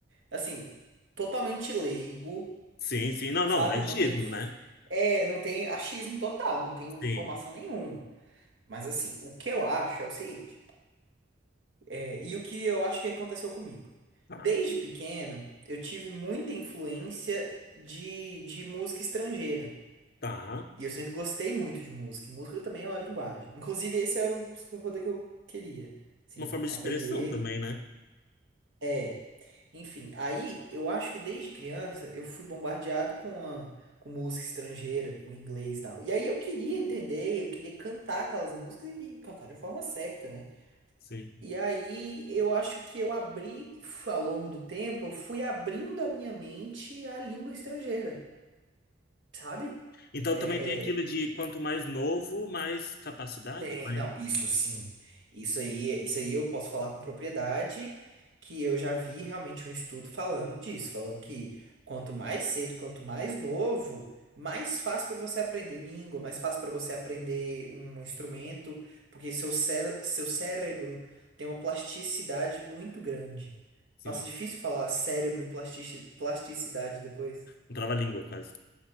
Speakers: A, on the right (about 75°); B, on the left (about 55°).
A: Assim, totalmente leigo,
B: Sim, sim. Não,
A: sabe?
B: não, é autismo,
A: Não tem, f-
B: né?
A: é, não tem achismo total, não tem informação
B: Sim.
A: nenhuma. Mas assim, o que eu acho é o seguinte, é, e o que eu acho que aconteceu comigo.
B: Tá,
A: Desde pequeno, eu tive muita influência de, de música estrangeira.
B: tá.
A: E eu sempre gostei muito de música. E música também é uma linguagem. Inclusive, esse era o superpoder que eu queria. Sim,
B: Uma forma de
A: aprender.
B: expressão também, né?
A: É. Enfim, aí eu acho que desde criança eu fui bombardeado com a, com música estrangeira, com inglês e tal. E aí eu queria entender, eu queria cantar aquelas músicas e, e cantar de forma certa, né?
B: Sim.
A: E aí eu acho que eu abri, fu- ao longo do tempo, eu fui abrindo a minha mente à língua estrangeira, sabe?
B: Então
A: É,
B: também tem aquilo
A: é,
B: de quanto mais novo, mais capacidade.
A: Tem,
B: mais-
A: não, isso sim. Isso aí, isso aí eu posso falar com propriedade, que eu já vi realmente um estudo falando disso, falando que quanto mais cedo, quanto mais novo, mais fácil para você aprender língua, mais fácil para você aprender um instrumento, porque seu cé seu cérebro tem uma plasticidade muito grande.
B: Sim,
A: Nossa, difícil falar cérebro e plastici- plasticidade depois.
B: não trava a língua quase.